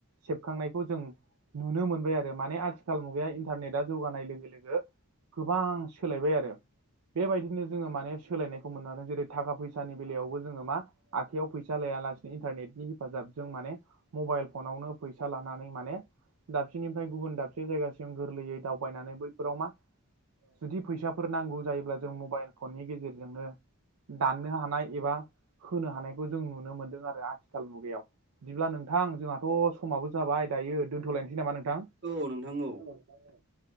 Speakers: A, on the right; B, on the right.
A: सेबखांनायखौ जों नुनो मोनबाय आरो माने आथि खाल मुगाया इन्टारनेटा जौगानाय लोगो लोगो गोबां सोलायबाय आरो बेबायदिनो जोङो माने सोलायनायखौ मोननो हादों जेरै थाखा फैसा फैसानि बेलायावबो जोङो मा आखाइयाव फैसा लायालासिनो इन्टारनेनि हेफाजाबजों माने मबाइल फनावनो फैसा लानानै माने दाबसेनिफ्राय गुबुन दाबसे जायगासिम गोरलैयै दावबायनानै बैफोराव मा जुदि फैसाफोर नांगौ जायोब्ला जों मबाइल फननि गेजेरजोंनो दाननो हानाय एबा होनो हानायखौ जों नुनो मोनदों आरो आथिखाल मुगायाव बिदिब्ला नोंथां जोंहाथ' समाबो जाबाय दायो दोनथ'लायनोसै नामा नोंथां
B: औ नोंथां औ
A: <unintelligible>